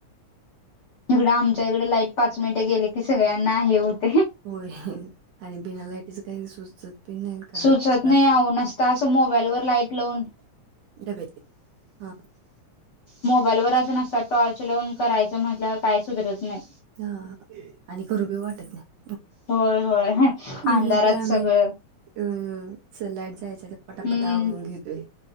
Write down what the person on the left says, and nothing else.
इकडं आमच्या इकडे लाईट पाच मिनिटे गेले की सगळ्यांना आहे होते
सुचत
नाही आह न असता असं मोबाईलवर लाईट लावून
मोबाईल वर असून असतात टॉर्च लाोन करायच म्हटल्यावर काही सुधरत नाही
होय होय
अंधारात
सगळं
हम्म